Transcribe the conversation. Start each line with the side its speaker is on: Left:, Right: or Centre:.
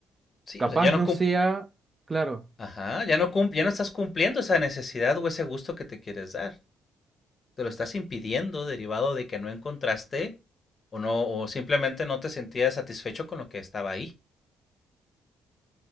Left: sí,
Right: capaz
Left: o sea, ya no
Right: no
Left: cum
Right: sea, claro,
Left: Ajá, ya no cum ya no estás cumpliendo esa necesidad o ese gusto que te quieres dar. Te lo estás impidiendo derivado de que no encontraste o no o simplemente no te sentías satisfecho con lo que estaba ahí.